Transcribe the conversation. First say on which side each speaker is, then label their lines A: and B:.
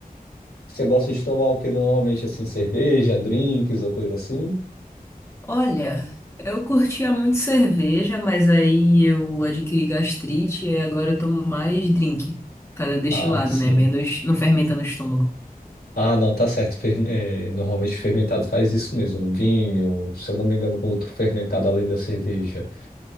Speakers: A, on the left; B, on the left.
A: você gosta de tomar o que normalmente assim, cerveja, drinks ou coisa assim?
B: Olha, eu curtia muito cerveja, mas aí eu adquiri gastrite e agora eu tomo mais drink. Cada destilado,
A: Ah, sim.
B: né? Menos, não fermenta no estômago.
A: Ah, não, tá certo. Ferme- eh, normalmente fermentado faz isso mesmo. um Vinho, se eu não me engano, com outro fermentado além da cerveja.